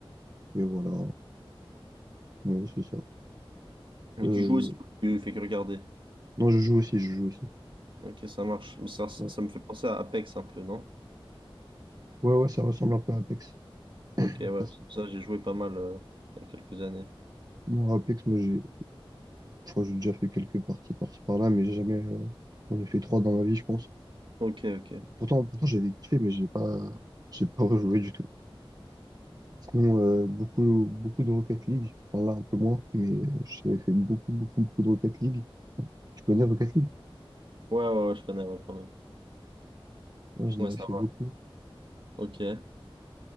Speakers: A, on the right; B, on the right.
A: Et voilà, Ouais, c'est ça.
B: Mais
A: Euh,
B: tu joues aussi ou tu fais que regarder?
A: Non, je joue aussi, je joue aussi.
B: Ok, ça marche. Ça, ça,
A: Ouais,
B: ça me fait penser à Apex un peu, non?
A: ouais, ouais, ça ressemble un peu à Apex.
B: Ok,
A: Après,
B: ouais,
A: c'est-
B: ça j'ai joué pas mal euh, il y a quelques années.
A: moi, Apex, moi, j'ai enfin, j'ai déjà fait quelques parties par-ci par-là, mais j'ai jamais. euh, J'en ai fait trois dans ma vie, je pense.
B: Ok, ok. Ouais,
A: Pourtant, pourtant j'avais kiffé, mais j'ai pas, j'ai pas <laughs> rejoué du tout. Sinon, euh, beaucoup, beaucoup de Rocket League. Enfin, là, un peu moins, mais j'avais fait beaucoup, beaucoup, beaucoup de Rocket League. Tu connais Rocket League?
B: ouais, ouais, je connais, ouais, quand même.
A: Non, j'en
B: Ouais,
A: avais
B: ça
A: fait
B: va.
A: beaucoup.
B: Ok.